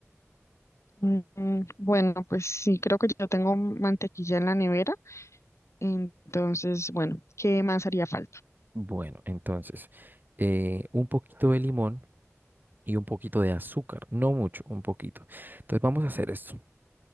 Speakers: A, on the left; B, on the right.
A: Mm, mm, Bueno, pues sí, creo que ya tengo mantequilla en la nevera. Entonces, bueno, ¿qué más haría falta?
B: Bueno, entonces, eh, un poquito de limón y un poquito de azúcar. No mucho, un poquito. Entonces vamos a hacer esto.